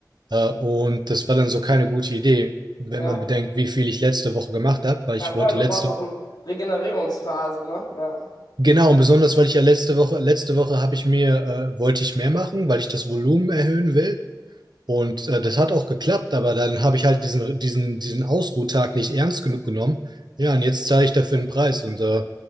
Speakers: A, on the right; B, on the left.
A: Äh, und das war dann so keine gute Idee, wenn
B: Ja.
A: man bedenkt, wie viel ich letzte Woche gemacht habe, weil ich
B: Ja, voll,
A: wollte
B: du
A: letzte,
B: brauchst auch eine Regenerierungsphase, ne? Ja.
A: genau, und besonders, weil ich ja letzte Woche, letzte Woche habe ich mir, äh, wollte ich mehr machen, weil ich das Volumen erhöhen will. Und äh, das hat auch geklappt, aber dann habe ich halt diesen, diesen, diesen Ausruhtag nicht ernst genug genommen. Ja, und jetzt zahle ich dafür einen Preis und äh,